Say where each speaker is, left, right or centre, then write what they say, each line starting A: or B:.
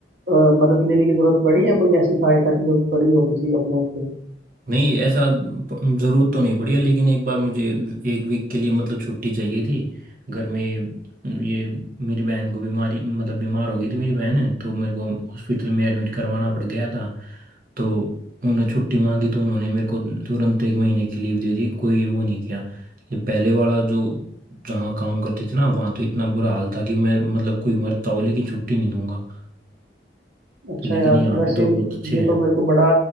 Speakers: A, on the right (about 75°); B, on the right (about 50°).
A: अ, मदद लेने की जरूरत पड़ी या कोई ऐसी सहायता की जरूरत पड़ी हो किसी अपने उससे
B: नहीं ऐसा प- जरूरत तो नहीं पड़ी है लेकिन एक बार मुझे एक वीक के लिए मतलब छुट्टी चाहिए थी घर में ये मेरी बहन को बीमारी मतलब बीमार हो गई थी मेरी बहन है तो मेरे को हॉस्पिटल में एडमिट करवाना पड़ गया था तो उन्होंने छुट्टी मांगी तो उन्होंने मेरे को तुरंत एक महीने की लीव दे दी कोई वो नहीं किया ये पहले वाला जो जहाँ काम करती थी ना वहाँ तो इतना बुरा हाल था कि मैं मतलब कोई मरता हो लेकिन छुट्टी नहीं दूंगा
A: अच्छा
B: लेकिन
A: यार
B: यहाँ
A: वैसे
B: पे तो बहुत अच्छे
A: ये
B: हैं
A: तो मेरे को बड़ा